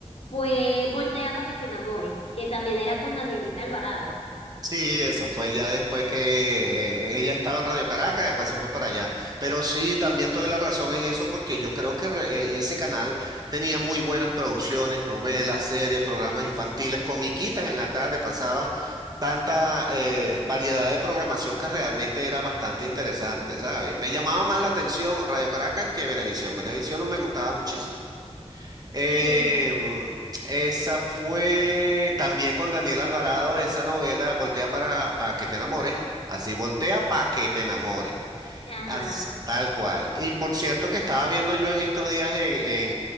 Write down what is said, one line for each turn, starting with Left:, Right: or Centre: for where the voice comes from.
Left: fue Voltea para que te enamores, que también era con Danielita Alvarado.
Right: Sí, eso fue ya después que eh, ella estaba en Radio Caracas, después se fue para allá. Pero sí, también te doy la razón en eso porque yo creo que re- el- ese canal tenía muy buenas producciones, novelas, series, programas infantiles, comiquitas en la tarde, pasaban tanta eh, variedad de programación que realmente era bastante interesante, ¿sabes? Me llamaba más la atención Radio Caracas que Venevisión. Venevisión no me gustaba muchísimo. Eh,
Left: Sí,
Right: mm, esa fue también con Daniel Alvarado, esa novela, Voltea para, para que te enamore. Así, Voltea para que te enamore.
Left: ajá.
Right: As- tal cual. Y por cierto que estaba viendo yo en estos días en, en,